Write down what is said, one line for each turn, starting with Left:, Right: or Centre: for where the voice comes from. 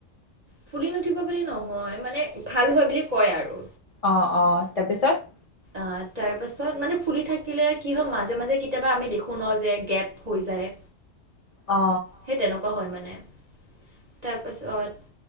Right: ফুলি নুঠিব বুলি নহয় মানে ভাল হয় বুলি কয় আৰু।
Left: অ অ তাৰপিছত?
Right: অ তাৰ পাছত মানে ফুলি থাকিলে কি হয় মাজে মাজে কেতিয়াবা আমি দেখোঁ ন যে গেপ হৈ যায়,
Left: অ।
Right: সেই তেনেকুৱা হয় মানে। তাৰপাছত